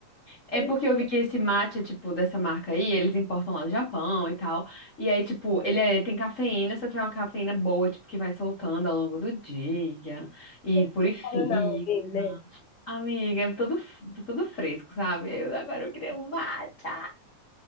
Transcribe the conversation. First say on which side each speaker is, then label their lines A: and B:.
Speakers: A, on the left; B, on the left.
A: É
B: Não
A: porque eu vi que esse matcha, tipo, dessa marca aí, eles importam lá do Japão e tal. E aí, tipo, ele é- tem cafeína, só que é uma cafeína boa, tipo, que vai soltando ao longo do dia e
B: tem
A: purifica.
B: Guaraná aí, né?
A: Amiga, é tudo, tudo fresco, sabe? Aí Eu, agora eu queria um matcha.